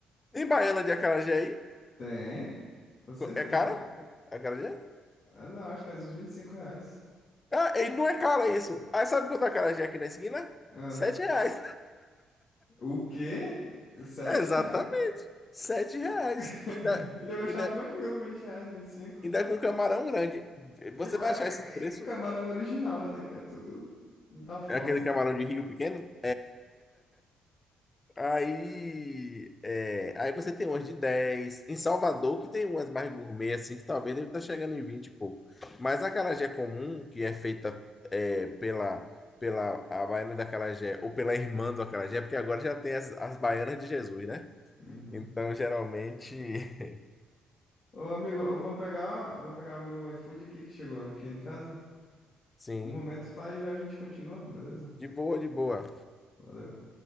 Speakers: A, on the left; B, on the left.
A: Tem baiana de acarajé aí?
B: Tem, com certeza.
A: É cara? Acarajé?
B: Ah, Não, acho que é uns 25 reais.
A: Ah, e não é cara isso. aí sabe quanto é acarajé aqui na esquina?
B: Ah,
A: Sete reais.
B: o quê?
A: <laughs>
B: Sete.
A: Exatamente.
B: reais?
A: Sete reais.
B: <laughs>
A: E
B: Eu achava
A: Ainda,
B: tranquilo, 20 reais, 25.
A: Ainda com um camarão grande.
B: E,
A: Você
B: cinco. E, qua-
A: vai achar esse
B: e
A: preço,
B: camarão original, daqui é tudo da fossa.
A: é aquele camarão de rio pequeno. Aí, é, aí você tem umas de 10 Em Salvador, que tem umas mais gourmet, assim, que talvez deve estar chegando em 20 e pouco. Mas a acarajé comum, que é feita é, pela, pela a baiana da acarajé, ou pela irmã do acarajé, porque agora já tem as, as baianas de Jesus, né?
B: Uhum.
A: Então, geralmente, <laughs>
B: Ô, amigo, eu vou pegar, vou pegar o meu iFood aqui que chegou aqui em casa.
A: sim,
B: Um momento, tá? E já a gente continua, beleza?
A: de boa, de boa.
B: Valeu.